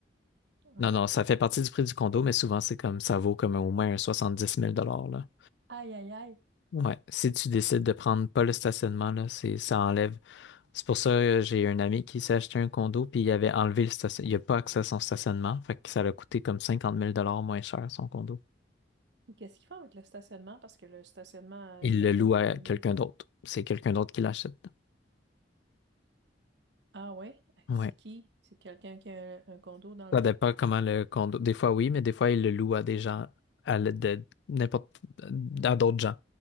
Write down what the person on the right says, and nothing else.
Hein.
Aïe, aïe, aïe.
Et qu'est-ce qu'ils font avec le stationnement? Parce que le stationnement,
euh, j'imagine,
il est...
Ah ouais?
C'est qui? C'est quelqu'un qui a un, un condo dans le
bloc?